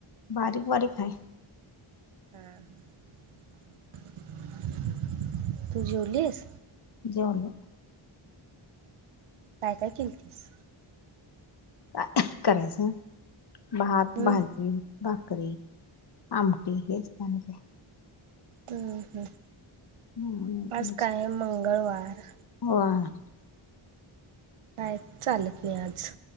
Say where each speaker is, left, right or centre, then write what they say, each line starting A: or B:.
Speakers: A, on the left (about 50°); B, on the right (about 80°).
A: बारीक बारीक हाय.
B: <unintelligible> तू जेवलीस.
A: जेवलो.
B: काय काय केलतीस?
A: <unintelligible> करायचं भात,
B: हम्म
A: भाजी, भाकरी आमटी हेच का?
B: हम्म! ह
A: हम्म
B: आज काय, हाय मंगळवार?
A: होय
B: काय चालत नाही, आज?